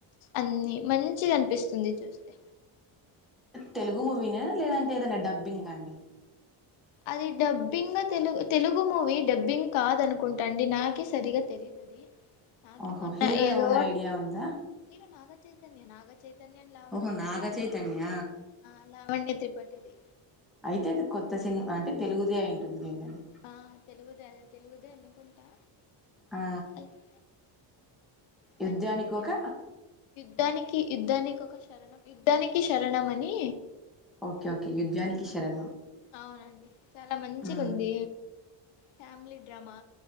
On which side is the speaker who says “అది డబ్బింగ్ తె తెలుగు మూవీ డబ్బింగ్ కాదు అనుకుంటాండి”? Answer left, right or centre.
Left